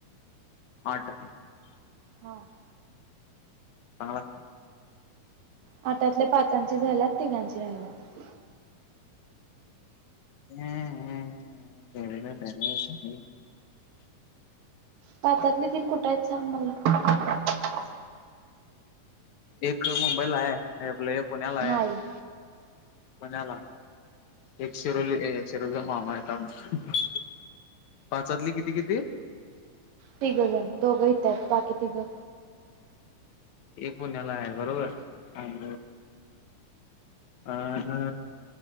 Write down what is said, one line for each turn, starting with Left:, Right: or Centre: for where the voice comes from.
Left: आठ.
Right: हो <unintelligible>
Left: चांगला.
Right: आठातल्या पाचांची झाल्यात तिघांची राहिल्यात
Left: हंम अ <unintelligible>
Right: पाचातली तीन कुठं आहेत सांग मला?
Left: एक मुंबईला हाय हे आपलं. पुण्यालाय
Right: नाही.
Left: पुण्याला. एक शिरोली एसफ. <unintelligible> मामा हाती आमच पाचातली किती किती?
Right: तिघं जण दोघं हिथहाईत आहेत बाकी तिघं.
Left: एक पुण्याला हाय बरोबर. आणि अ